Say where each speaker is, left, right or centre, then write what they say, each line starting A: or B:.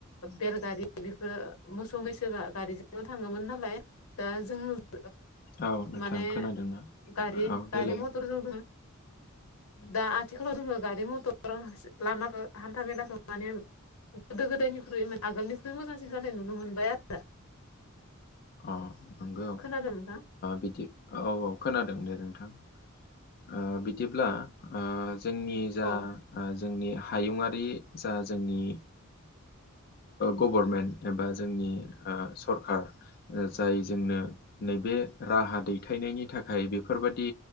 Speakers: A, on the left; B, on the left.
A: बेलगारि बेफोरो मोसौ मैसो गारिजोंनो थाङोमोन नालाय दा जों ओ
B: औ नोंथां
A: माने
B: खोनादोंना
A: गारि
B: औ
A: गारि
B: देलाय
A: मथरजों जों दा आथिखालाव दोङो गारि मथर लाना हान्था मेलाखौ माने गोदो गोदायनिख्रुइ मे आगोलनिख्रुइ मोजांसिन जानाय नुनो मोनबाय आरो
B: अ नंगौ
A: खोनादों नोंथां
B: बिदि औ औ खोनादों दे नोंथां आ बिदिब्ला जोंनि जा
A: औ
B: जोंनि हायुङारि जा जोंनि गभर्नमेन्ट एबा जोंनि सरखार जाय जोंनो नैबे राहा दैथायनायनि थाखाय बेफोरबादि